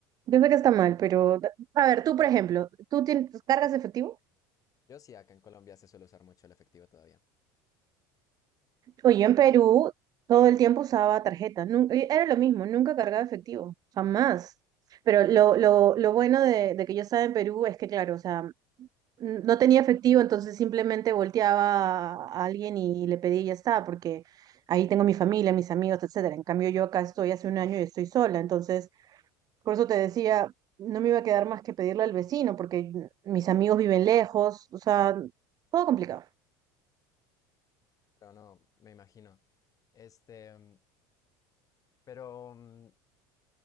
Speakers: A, on the right; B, on the left.
A: Yo sé que está mal, pero a ver, tú por ejemplo, ¿tú tienes, cargas efectivo?
B: Yo sí, acá en Colombia se suele usar mucho el efectivo todavía.
A: Oye, en Perú todo el tiempo usaba tarjeta, nun- eh, era lo mismo, nunca cargaba efectivo, jamás. Pero lo, lo, lo bueno de, de que yo estaba en Perú es que, claro, o sea, n- no tenía efectivo, entonces simplemente volteaba a alguien y le pedía y ya está, porque ahí tengo mi familia, mis amigos, etcétera. En cambio, yo acá estoy hace un año y estoy sola, entonces por eso te decía, no me iba a quedar más que pedirle al vecino, porque mis amigos viven lejos, o sea, todo complicado.
B: Pero no, me imagino. Este, mm, pero mm,